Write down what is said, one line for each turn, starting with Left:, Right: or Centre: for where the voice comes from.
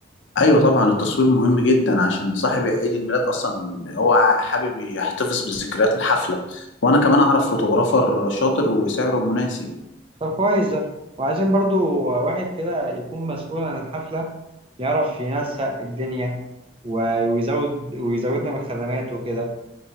Left: أيوة طبعا التصوير مهم جدا عشان صاحب عيد الميلاد أصلا هو حابب يحتفظ بذكريات الحفلة وأنا كمان أعرف فوتوغرافر شاطر وسعره مناسب
Right: طب كويس ده وعايزين برضو واحد كده يكون مسؤول عن الحفلة يعرف ينسق الدنيا و- ويزود ويزودنا من الخدمات وكده